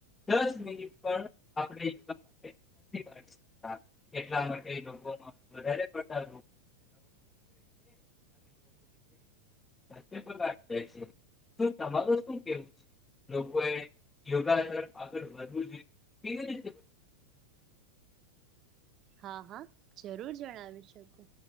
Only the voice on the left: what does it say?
દસ મિનિટ પણ આપગ માટેતા એટલા માટે વધડ પલા છેગાડીે છે. <inaudible> તમાર શું કેવું છે લોકોએ યોગા આગળ વધવું જોઈએ કેવી રીતેવું